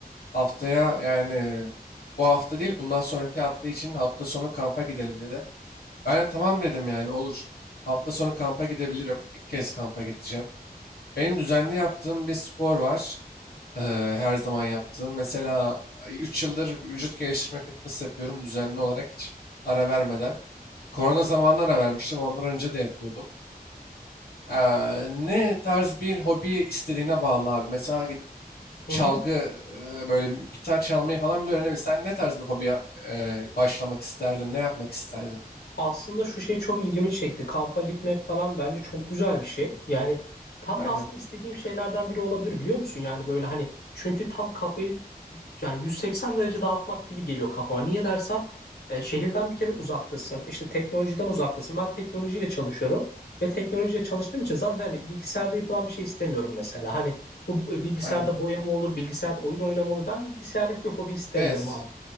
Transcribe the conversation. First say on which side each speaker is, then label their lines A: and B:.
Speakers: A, on the left; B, on the left.
A: haftaya yani bu hafta değil bundan sonraki hafta için hafta sonu kampa gidelim dedi. Ben de tamam dedim yani olur. Hafta sonu kampa gidebilirim. İlk kez kampa gideceğim. Benim düzenli yaptığım bir spor var. Ee, her zaman yaptığım. Mesela 3 yıldır vücut geliştirme fitness yapıyorum düzenli olarak hiç ara vermeden. Korona zamanlara vermiştim. Ondan önce de yapıyordum. Eee, ne tarz bir hobi istediğine bağlı abi. Mesela gidip
B: Hı
A: çalgı
B: hı.
A: eee, böyle mü- gitar çalmayı falan bile öğrenebilirsin. Sen ne tarz bir hobiye eee, başlamak isterdin? Ne yapmak isterdin?
B: Aslında şu şey çok ilgimi çekti kampa gitmek falan bence çok güzel bir şey yani tam
A: Aynen.
B: da aslında istediğim şeylerden biri olabilir biliyor musun yani böyle hani çünkü tam kafayı Yani 180 derece dağıtmak gibi geliyor kafama. Niye dersen e, şehirden bir kere uzaktasın. İşte teknolojiden uzaktasın. Ben teknolojiyle çalışıyorum ve teknolojiyle çalıştığım için zaten hani bilgisayarda yapılan bir şey istemiyorum mesela. Hani bu e, bilgisayarda
A: Aynen.
B: boyama olur, bilgisayarda oyun oynama olur. Ben bilgisayarlık bir hobi istemiyorum
A: Evet.
B: abi.